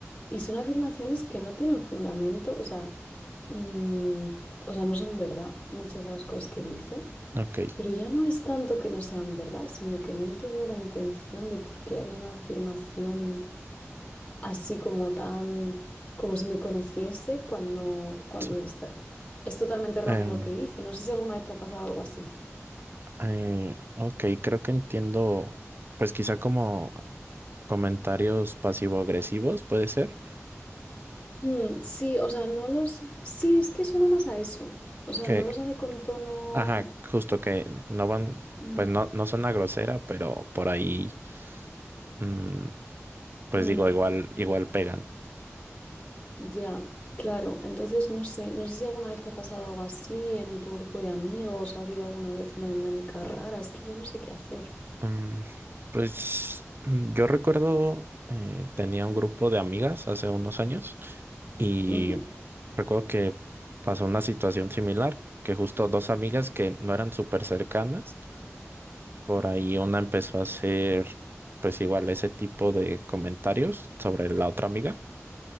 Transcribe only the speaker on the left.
Y son afirmaciones que no tienen fundamento, o sea, mm, o sea, no son verdad muchas de las cosas que dice,
pero ya no es tanto que no sean verdad, sino que no entiendo la intención de por qué haría una afirmación así como tan, como si me conociese cuando, cuando
está- Es totalmente erróneo
lo que dice. No sé si alguna vez te ha pasado algo así.
Mm, sí, o sea, no los... Sí, es que suena más a eso. O sea,
no los hace con tono...
Mm,
mm,
ya, claro. Entonces, no sé, no sé si alguna vez te ha pasado algo así en tu grupo de amigos, ha habido alguna vez una dinámica rara. Es que yo no sé qué hacer.
Ujú,